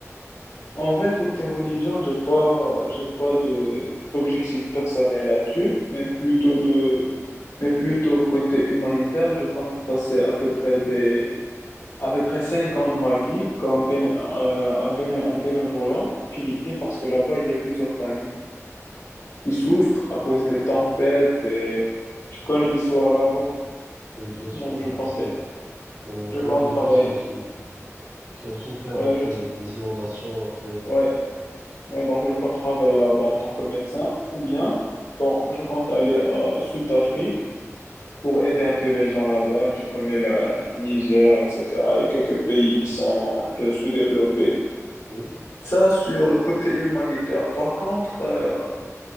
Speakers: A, on the left (about 80°); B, on the right (about 80°).
A: En vrai, côté religion, j'ai pas, j'ai pas de, d'objectif personnel là-dessus, mais plutôt de, mais plutôt côté humanitaire, je compte passer à peu près des, à peu près cinq ans de ma vie comme béné- euh, en béné- en bénévolat en Philippines, parce que là-bas, il y a plusieurs familles qui souffrent à cause des tempêtes et je connais l'histoire là-bas.
B: Oui, bien sûr,
A: Donc,
B: là-bas
A: je compte,
B: c'est quand même, il y a
A: je
B: beaucoup
A: compte
B: de
A: travailler.
B: personnes qui, qui ont souffert
A: Ouais,
B: après
A: je, tra-
B: les, les inondations, après,
A: ouais. Ouais, donc je compte travailler là-bas en tant que médecin ou bien, bon, je compte aller au Sud d'Afrique pour aider un peu les gens là-bas. Tu connais la, le Niger, etc. Il y a quelques pays qui sont un peu sous-développés.
B: oui,
A: Ça, sur le côté humanitaire. Par contre, euh,